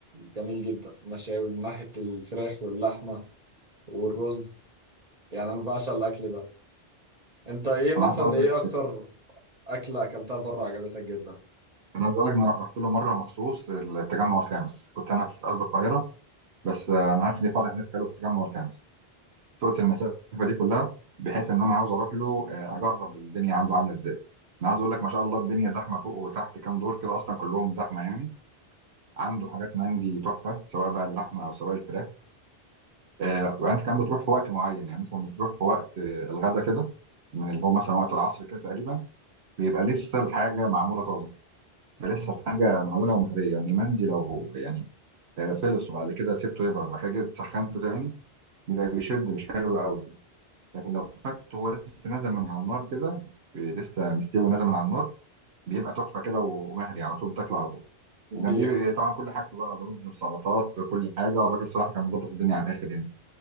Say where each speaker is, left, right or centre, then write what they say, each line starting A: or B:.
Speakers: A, on the right (about 40°); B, on the right (about 75°).
A: جميل جدا مشاوي من ناحية الفراخ واللحمة والرز يعني أنا بعشق الأكل ده أنت إيه مثلا
B: انا عايز اقول
A: إيه
B: لك
A: أكتر أكلة أكلتها بره عجبتك جدا؟
B: انا عايز اقول لك ان انا رحت له مره مخصوص التجمع الخامس كنت انا في قلب القاهره بس آه، انا عارف ان فرع هناك حلو في التجمع الخامس سوقت المسافه دي كلها بحيث ان انا عاوز اروح له آه، اجرب الدنيا عنده عامله ازاي انا عايز اقول لك ما شاء الله الدنيا زحمه فوق وتحت كام دور كده اصلا كلهم زحمه يعني عنده حاجات مندي تحفه سواء بقى اللحمه او سواء الفراخ آه وانت كمان بتروح في وقت معين يعني مثلا بتروح في وقت آه، الغدا كده من اللي هو مثلا وقت العصر كده تقريبا بيبقى لسه الحاجه معموله طازه بيبقى لسه الحاجه معموله ومهريه يعني المندي لو يعني آه، خلص وبعد كده سبته يبرد وبعد كده جيت سخنته تاني بيبقى بيشد مش حلو قوي لكن لو فته هو لسه نازل من على النار كده ب- لسه مستوي نازل من على النار بيبقى تحفه كده ومهري على طول بتاكله على طول وجنبيه
A: دي
B: طبعا كل حاجته بقى رز بسلطات بكل حاجه الراجل صراحه كان مظبط الدنيا على الاخر يعني